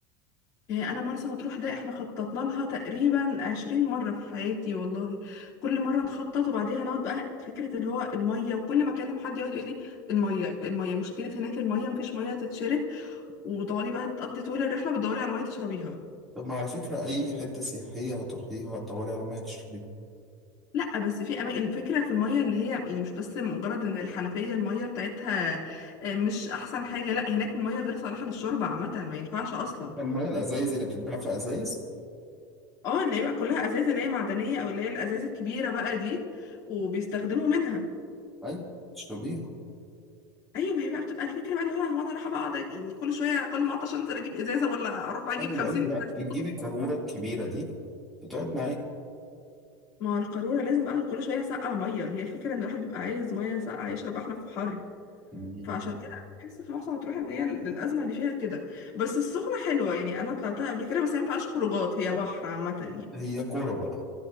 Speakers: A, on the left (about 35°); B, in the centre.
A: يعني انا مرسى مطروح ده احنا خططنا لها تقريبا عشرين مره في حياتي والله كل مره نخطط وبعديها نقعد بقى فكره اللي هو الميه وكل ما اكلم حد يقعد يقول لي الميه الميه مشكله هناك الميه مفيش ميه تتشرب وتقعدي بقى تقضي طول الرحله بتدوري على ميه تشربيها
B: طب ما على فكرة أي حتة سياحية هتروحيها هتدوري على مية تشربيها
A: لا بس في أما... الفكره في الميه اللي هي يعني مش بس مجرد ان الحنفيه الميه بتاعتها آه، مش احسن حاجه لا هناك الميه غير صالحه للشرب عامه ما ينفعش اصلا
B: حتى المية الأزايز اللي بتتباع في أزايز
A: اه اللي هي بقى كلها ازاز اللي هي معدنيه او اللي هي الازاز الكبيره بقى دي وبيستخدموا منها
B: أي تشربيها
A: ايوه ما هي بقى بتبقى الفكره بقى اللي هو هو انا رايحه بقى اقعد يعني كل شويه كل ما اعطش انزل اجيب ازازه ولا اروح بقى اجيب
B: أيوه
A: 50
B: أيوه لأ
A: ازازه
B: بتجيبي قارورة الكبيرة دي بتقعد
A: ما هو القاروره لازم بقى كل شويه سقع ميه هي الفكره ان الواحد بيبقى عايز ميه ساقعه يشرب احنا في حر
B: معاكي
A: فعشان كده انا بحس في مرسى مطروح ان هي الازمه اللي فيها كده بس السخنه حلوه يعني انا طلعتها قبل كده بس هي ما فيهاش خروجات هي بحر عامه يعني
B: هي كورة بقى